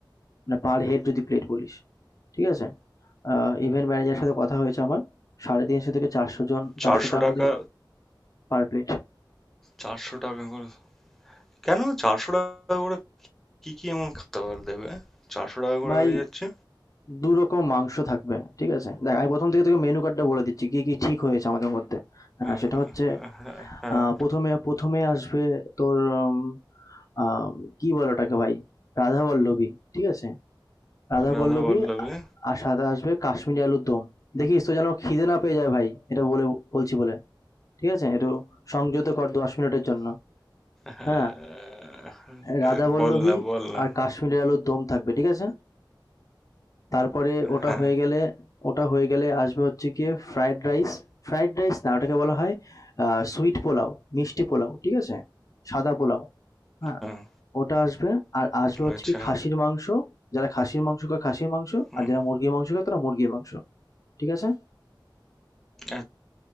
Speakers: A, on the left (about 45°); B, in the centre.
A: মানে পার হেড যদি প্লেট বলিস ঠিক আছে ইভেন্ট ম্যানেজারের সাথে কথা হয়েছে আমার সাড়ে তিনশো থেকে চারশো জন
B: চারশো
A: চারশো টাকা
B: টাকা
A: করে পার প্লেট
B: চারশো টাকা করে কেন চারশো টাকা করে কি কি এমন খাবার দেবে চারশো টাকা করে
A: ভাই
B: হয়ে যাচ্ছে
A: দু রকম মাংস থাকবে ঠিক আছে দেখ আমি প্রথম থেকে তোকে মেনু কার্ডটা বলে দিচ্ছি কি কি ঠিক হয়েছে আমাদের মধ্যে হ্যাঁ
B: আহ,
A: সেটা হচ্ছে
B: হ্যাঁ হ্যাঁ,
A: আহ, প্রথমে প্রথমে আসবে তোর উম, আম, কি বলে ওটাকে ভাই রাধা পল্লবী ঠিক আছে রাধা
B: রাধা
A: পল্লবী
B: বল্লভে
A: আ- আর সাথে আসবে কাশ্মীরি আলুর দম দেখিস তো যেন খিদে না পেয়ে যায় ভাই এটা বলে বলছি বলে ঠিক আছে একটু সংযত কর দশ মিনিটের জন্য
B: হ্যাঁ,
A: হ্যাঁ রাধা
B: এদের
A: বল্লভী
B: বল না বল না
A: আর কাশ্মীরের আলুর দম থাকবে ঠিক আছে তারপরে ওটা
B: হ্যাঁ
A: হয়ে গেলে ওটা হয়ে গেলে আসবে হচ্ছে গিয়ে ফ্রাইড রাইস ফ্রাইড রাইস না ওটাকে বলা হয় সুইট পোলাও মিষ্টি পোলাও ঠিক আছে সাদা পোলাও হ্যাঁ
B: হ্যাঁ
A: ওটা আসবে আর আসবে হচ্ছে
B: আচ্ছা
A: কি খাসির মাংস যারা খাসির মাংস খায় খাসির মাংস
B: হুম
A: আর যারা মুরগির মাংস খায় তারা মুরগির মাংস ঠিক আছে
B: এক